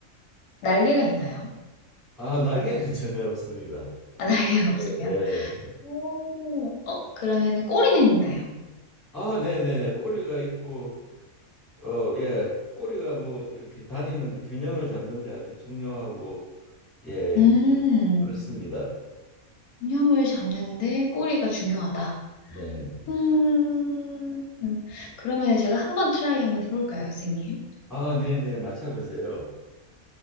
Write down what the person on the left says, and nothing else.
날개가 있나요?
아, <laughs> 날개가
없어요?
오, 어, 그러면은 꼬리는 있나요?
음,
균형을 잡는데 꼬리가 중요하다.
음,
그러면 제가 한번 트라이 한번 해볼까요, 선생님?